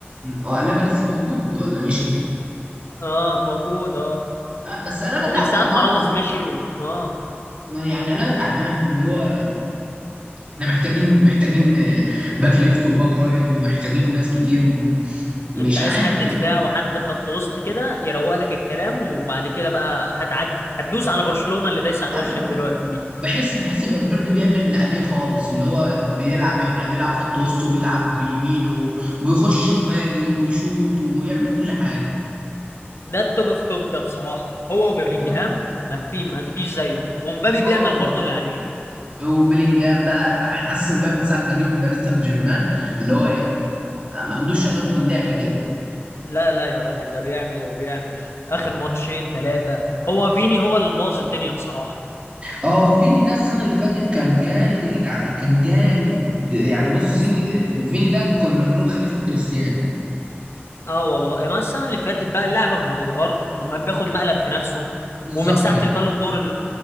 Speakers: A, on the right (about 30°); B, on the left (about 80°).
A: هو قلابة لسه موجود ولا مشي؟
B: اه موجود اه
A: اه بس قلابة
B: ومن
A: تعبان
B: ساعه ما
A: اصلا
B: راموس مشي و... اه
A: يعني قلابة تعبان اللي هو احنا محتاجين محتاجين آه، باك ليفت وباك رايت ومحتاجين ناس كتير ومش
B: انت عايز
A: عارف
B: حد دفاع وحد خط وسط كده يروق لك الكلام وبعد كده بقى هتعدي هتدوس على برشلونه اللي دايس على
A: عارف
B: وشك دلوقتي دي
A: بحس بحس فالفيردي بيعمل اللي عليه خالص اللي هو بيلعب هنا بيلعب خط وسط وبيلعب بيمينه ويخش مهاجم ويشوط ويعمل كل حاجه
B: ده التوب في توب ده بصراحه هو وبيلينجهام
A: والله
B: ما في ما فيش زيهم ومبابي
A: اه
B: بيعمل برضه
A: و-
B: اللي عليه
A: وبيلينجهام بقى لا حسن بقى من ساعه ما جه من باريس سان جيرمان اللي هو ايه آه، ما عندوش شغف للعب كده
B: لا لا يا راجل ده بيعمل وبيعمل اخر ماتشين ثلاثه هو فيني هو اللي مبوظ الدنيا بصراحه
A: اه وفيني ده السنه اللي فاتت كان جامد يا جدعان كان جامد يعني بص
B: بس
A: زيني آه، فيني ده كنا بنقول خليفه كريستيانو
B: اه والله إيه، ما السنه اللي فاتت بقى اللعبه اما بيتغر اما بياخد مقلب في نفسه
A: بالظبط
B: ومن ساعه
A: كده
B: البالون دور اللي